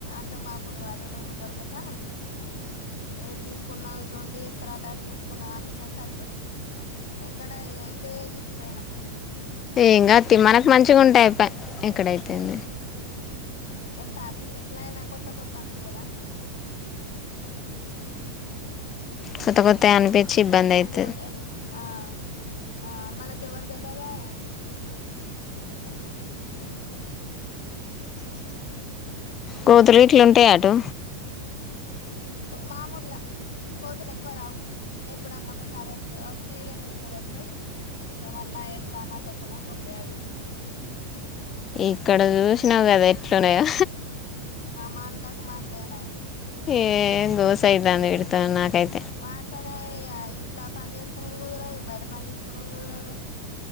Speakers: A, on the left (about 65°); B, on the left (about 30°).
A: అత్తమ్మ అటు రూమ్లు దొరకక ఇటు తీసుకు ఇటు ఉండి తర్వాత అటు చూసుకున్నాం అనుకొనే సరికే ఎక్కడ ఇగ ఇటే పోయినం
B: తేంగాతి మనకి మంచిగా ఉంటే అయ్పే ఎక్కడైతే ఎంది
A: ఏ స్టార్టింగ్ లో ఎట్లా అయినా కొత్త కొత్త అనిపియద
B: కొత్త కొత్త అనిపించి
A: ఉమ్
B: ఇబ్బంది
A: ఇగ
B: అయితది
A: ఉండి ఉండి అది ఆ ఆ మనికి ఎవరు తెలేవదే ఎతుండ
B: కూతురి ఇట్లుంటే అటు
A: మామూలుగా కోతులు ఎక్కువ రావు ఎప్పుడన్నా ఒకసారి వస్తాయి వస్తాయి ఇగా రెండు మూడు వస్తాయి ఇగ మరళ ఎప్పుడు అమాస పున్నానికి వస్తాయి అవి
B: ఇక్కడ చూసినావు కదా ఎట్లాన్నాయో
A: ఆ మాందాకు మాందాేనా
B: ఏ గోసా ఇల్ అందు నాకైతే
A: వాడుతనే ఇగ ఇంట్లో పని చేసుకున్నడు కుదరదు బయట పని చేసుకున్నడు కుదరదు